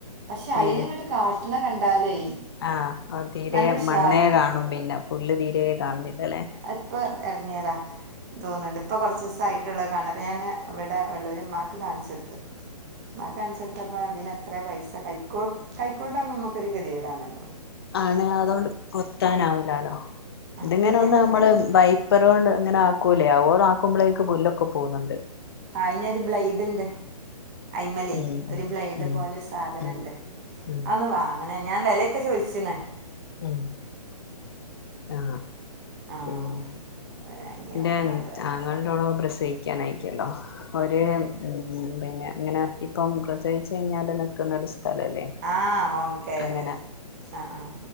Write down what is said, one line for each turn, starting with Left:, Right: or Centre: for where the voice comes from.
Right: പക്ഷെ അയില്
Left: ഏഹ്
Right: ഇങ്ങോട്ട് കാട്ടണ കണ്ടാലേ
Left: ആഹ് തീരെ
Right: നല്ല ഉഷാറുണ്ട്
Left: മണ്ണയെ കാണും പിന്നെ പുല്ല് തീരെ കാണുന്ന ഇല്ലല്ലേ
Right: അഹ് ഇപ്പോ ഇറങ്ങിയതാ തോന്നുന്നുണ്ട് ഇപ്പൊ കുറച്ച് ദിവസ് മുള്ള കണ്ടപ്പ ഞൻ ഇവിടെ ഉള്ള ഒരു ഉമ്മാക്ക് കാണിചൊടുത്ത് അത്‌ അനുസരിച്ചപ്പ അതിനത്ര പൈസ <unintelligible> കൈക്കോട്ടാ നമുക്കൊരു ഒരു ഗതികേട് ആണല്ലോ
Left: ആണ് അതൊണ്ട് കൊത്താനാവൂലാലോ
Right: ആ
Left: ഇതിങ്ങനെ
Right: പുല്ല്
Left: ഒന്ന്
Right: മാത്രം
Left: നമ്മള ഇപ്പരൊണ്ട് ഇങ്ങനെ ആക്കൂലേ അവരാക്കുമ്പോഴേക്ക്‌ പുല്ലൊക്കെ പോകുന്നുണ്ട്
Right: അയിനൊരു ബ്ലെയഡ് ഉണ്ട് അയിന്മേലേ
Left: ഉം
Right: ഒരു ബ്ലേഡ്
Left: ഉം
Right: പോലെരു സാധനുണ്ട്
Left: ഉം ഉം
Right: അന്ന് വാ അങ്ങനെ ഞാൻ വിലയൊക്കെ ചോദിച്ചണേ
Left: ഉം ആഹ്
Right: ആഹ്
Left: പിന്നെ <unintelligible>
Right: വാങ്ങി
Left: <unintelligible>
Right: വെക്കണം ഏതായാലും
Left: പ്രസഹിക്കാനായിരിക്കല്ലോ ഒരേ
Right: ഉം
Left: ഉം പിന്നെ അങ്ങനെ ഇപ്പം പ്രസചിച്ച കഴിഞ്ഞാൽ നിക്കുന്ന ഒരു സ്ഥലല്ലേ
Right: ആഹ് ഹോം കെയർ
Left: അങ്ങനെ
Right: ആഹ് ആഹ്